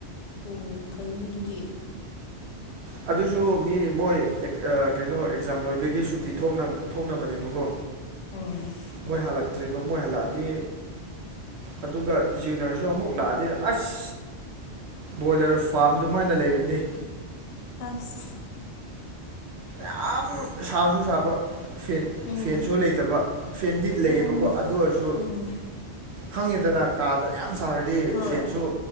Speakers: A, on the left; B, on the right.
A: ꯑꯣ ꯐꯩꯅꯦ ꯗꯨꯗꯤ
B: ꯑꯗꯨꯁꯨ ꯃꯤ ꯃꯣꯏ ꯑ ꯀꯩꯅꯣ ꯑꯦꯛꯖꯥꯝ ꯂꯣꯏꯕꯒꯤ ꯁꯨꯇꯤ ꯊꯣꯛꯅ ꯊꯣꯛꯅꯕꯅꯦꯕꯀꯣ
A: ꯎꯝ
B: ꯃꯣꯏ ꯍꯥꯜꯂꯛꯇ꯭ꯔꯤꯕ ꯃꯣꯏ ꯍꯜꯂꯑꯗꯤ ꯑꯗꯨꯒ ꯖꯤꯅꯔꯖꯨ ꯑꯃꯨꯛ ꯂꯥꯛꯑꯗꯤ ꯑꯁ ꯕꯣꯏꯂꯔ ꯐꯥꯔꯝ ꯗꯨꯃꯥꯏꯅ ꯂꯩꯔꯤꯅꯤ
A: ꯑꯁ
B: ꯌꯥꯝ ꯁꯥꯖꯨ ꯁꯥꯕ ꯐꯦꯟ
A: ꯎꯝ
B: ꯐꯦꯟꯁꯨ ꯂꯩꯇꯕ ꯐꯦꯟꯗꯤ ꯂꯩꯌꯦꯕꯀꯣ
A: ꯑꯣ
B: ꯑꯗꯨ ꯑꯣꯏꯔꯖꯨ
A: ꯎꯝ
B: ꯈꯪꯉꯦꯗꯅꯥ ꯀꯥꯗ ꯌꯥꯝ ꯁꯥꯔꯗꯤ
A: ꯍꯣꯏ
B: ꯐꯦꯟꯁꯨ